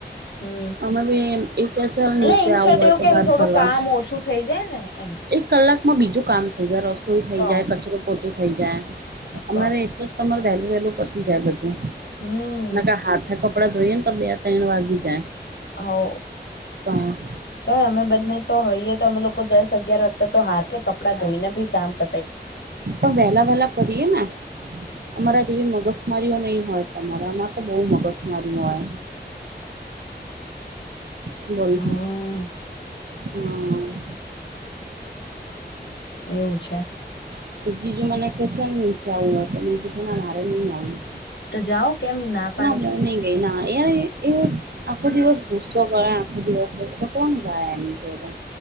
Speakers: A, on the left; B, on the right.
A: હમ્મ
B: અમે બી એ કે ચાલ નીચે
A: એટલે ઇન્શર્ટ
B: આવું હોય
A: એવું
B: તો
A: કે
B: બહાર
A: થોડું
B: ફરવા
A: કામ ઓછું થઇ જાય ને એમ.
B: એક કલાકમાં બીજું કામ થઈ જાય રસોઈ થઈ
A: તો
B: જાય કચરો પોતો થઈ જાય અમારે
A: તો
B: એટલે જ તમારે વહેલું વહેલું પતી જાય બધું.
A: હમ
B: ના હાથ કપડાં ધોઈએ ને તો બે તૈણ વાગી જાય.
A: હઓ.
B: તો
A: તો અમે બંને તો હોઈએ તો અમે લોકો દસ અગિયાર વખતે તો હાથે કપડાં ધોઈને બી કામ પ
B: તો વેલા વેલા કરીએ ને અમારા જેવી મગસમારીઓ નહી હોય તમાર. અમાર તો બહુ મગસ માારીયું હોય. બોલ
A: હમ
B: હમ્મ.
A: એવું છે.
B: કે જીજુ મને કે છે ને નીચે આવું હોય તો મેં કીધું મારે નહી આવું.
A: તો જાઓ કેમ પાડો
B: ના બહુ
A: છો
B: નહી ગઈ ના એ એ આખો દિવસ ગુસ્સો કરે આખો દિવસ તો કોણ જાય એની જોડે.